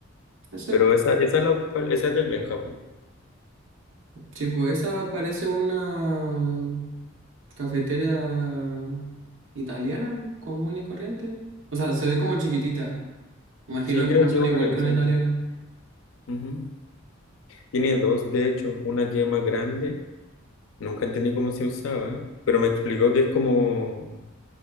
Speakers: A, on the right; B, on the left.
A: Ese,
B: pero esa, esa, es, la, cual- esa es del Benjamín.
A: tipo, esa parece una cafetera italiana, común y corriente. O sea, se ve como chiquitita. Imagino
B: Sí,
A: que
B: creo
A: funciona
B: que una
A: igual
B: de
A: que
B: esas.
A: una italiana.
B: Ujú. Tiene dos, de hecho, una que es más grande, nunca entendí cómo se usaba, pero me explicó que es como,